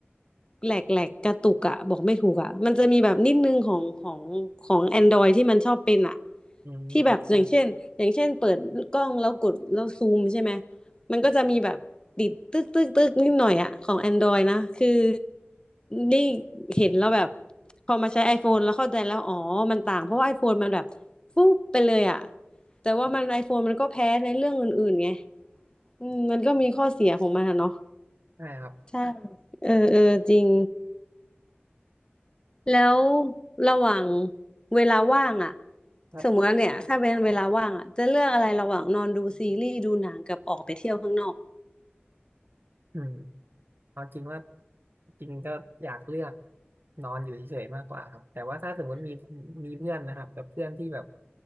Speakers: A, on the left; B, on the right.
A: แหลกแหลกกระตุกอ่ะบอกไม่ถูกอ่ะมันจะมีแบบนิดนึงของของของ Android ที่มันชอบเป็นอ่ะ
B: อืม
A: ที่แบบอย่างเช่นอย่างเช่นเปิดกล้องแล้วกดแล้วซูมใช่ไหมมันก็จะมีแบบติดตึกตึกตึกนิดหน่อยอ่ะของ Android นะคือนี่เห็นแล้วแบบพอมาใช้ iPhone แล้วเข้าใจแล้วอ๋อมันต่างเพราะว่า iPhone มันแบบฟุ๊บไปเลยอ่ะแต่ว่ามัน iPhone มันก็แพ้ในเรื่องอื่นๆไง อืมมันก็มีข้อเสียของมันอะเนาะ
B: ใช่ครับ
A: ใช่เออเออจริงแล้วระหว่างเวลาว่างอ่ะ
B: ครับ
A: สมมติว่าเนี่ยถ้าเป็นเวลาว่างอ่ะจะเลือกอะไรระหว่างนอนดูซีรีส์ดูหนังกับออกไปเที่ยวข้างนอก
B: อืมเอาจริงว่าจริงก็อยากเลือกนอนอยู่เฉยๆมากกว่าครับแต่ว่าถ้าสมมติมีมีเพื่อนนะครับแบบเพื่อนที่แบบ